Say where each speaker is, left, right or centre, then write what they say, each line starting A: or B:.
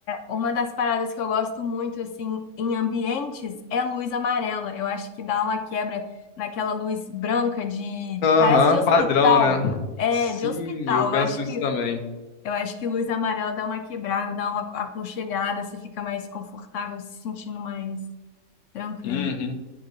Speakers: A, on the left (about 65°); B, on the left (about 85°).
A: Uma das paradas que eu gosto muito, assim, em ambientes é luz amarela. Eu acho que dá uma quebra naquela luz branca de...
B: Aham,
A: Parece de hospital.
B: padrão, né?
A: É,
B: Sim,
A: de hospital.
B: eu penso
A: Eu acho
B: isso
A: que
B: também.
A: Eu acho que luz amarela dá uma quebrada, dá uma aconchegada, você fica mais confortável, se sentindo mais tranquilo.
B: Uhum.